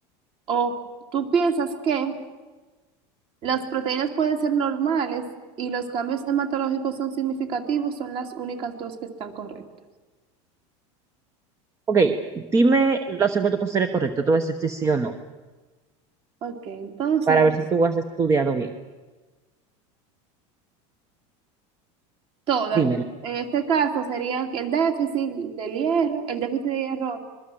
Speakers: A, on the right; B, on the right.
A: O tú piensas que las proteínas pueden ser normales y los cambios hematológicos son significativos, son las únicas dos que están correctas.
B: Ok, dime la opción que tú consideres correcta, te voy a decir si sí o no,
A: Ok, entonces
B: para
A: los-
B: ver si tú has estudiado bien.
A: todas.
B: Dímela.
A: En este caso serían que el déficit del hierro, el déficit de hierro